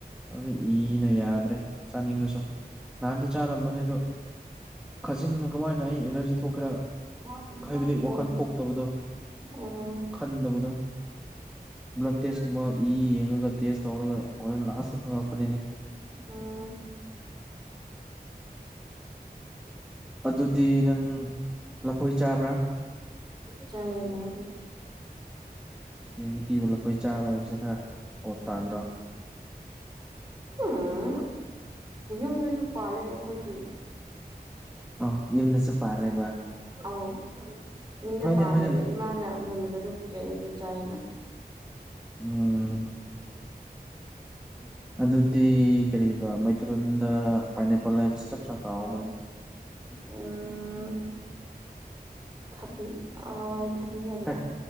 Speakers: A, in the centre; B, on the right.
A: ꯑꯗꯨ ꯏꯅ ꯌꯥꯗ꯭ꯔꯦ ꯆꯥꯅꯤꯡꯉꯁꯨ ꯅꯍꯥꯟꯗꯤ ꯆꯥꯔꯝꯕ ꯑꯗꯣ ꯈꯖꯤꯡꯅ ꯀꯃꯥꯏꯅ ꯑꯩ ꯑꯦꯂꯔꯖꯤ ꯊꯣꯛꯀꯦꯔꯥ
B: ꯎꯝ
A: ꯍꯥꯏꯕꯗꯤ ꯋꯥꯈꯟ ꯊꯣꯛꯇꯕꯗꯣ
B: ꯎꯝ
A: ꯈꯟꯗꯕꯗꯣ ꯕ꯭ꯂꯗ ꯇꯦꯁ <unintelligible> ꯕ ꯏ ꯌꯦꯡꯉꯒ ꯇꯦꯁ ꯇꯧꯔꯒ ꯍꯣꯔꯦꯟ ꯂꯥꯁꯇ ꯈꯪꯉꯛꯄꯅꯤꯅꯦ
B: ꯎꯝ
A: ꯑꯗꯨꯗꯤ ꯅꯪ ꯂꯐꯣꯏ ꯆꯥꯕ꯭ꯔꯥ
B: ꯆꯥꯏꯌꯦꯅ
A: ꯈꯦ ꯅꯨꯄꯤꯕꯨ ꯂꯐꯣꯢ ꯆꯥꯕ ꯍꯥꯏꯕꯁꯦ ꯈꯔ ꯑꯣꯗ ꯇꯥꯗ꯭ꯔꯣ
B: ꯎꯝ ꯌꯨꯝꯗꯁꯨ ꯄꯥꯜꯂꯦꯅ ꯑꯈꯣꯏꯗꯤ
A: ꯑꯣ ꯌꯨꯝꯗꯁꯨ ꯄꯥꯜꯂꯦꯕ
B: ꯑꯧ ꯌꯨꯝꯗ
A: ꯍꯣꯏꯅꯦ
B: ꯄꯥꯟꯕꯗꯣ
A: ꯍꯣꯏꯅꯦ
B: ꯏꯃꯥꯅ ꯃꯨꯟꯕꯗꯣ ꯄꯤꯔꯛꯑꯦ ꯑꯗꯨ ꯆꯥꯏꯌꯦꯅ
A: ꯎꯝ
B: <inaudible>
A: ꯑꯗꯨꯗꯤ ꯀꯔꯤꯕ ꯃꯩꯇꯩꯔꯣꯟꯗ ꯄꯥꯏꯅꯦꯄꯜ ꯍꯥꯏꯕꯁꯤ ꯆꯞ ꯆꯥ ꯀꯥꯎꯈ꯭ꯔꯦ
B: ꯎꯝ ꯊꯕꯤ ꯑꯋꯥꯏ ꯊꯕꯤ ꯍꯥꯏꯕ꯭ꯔ
A: ꯍꯦꯠ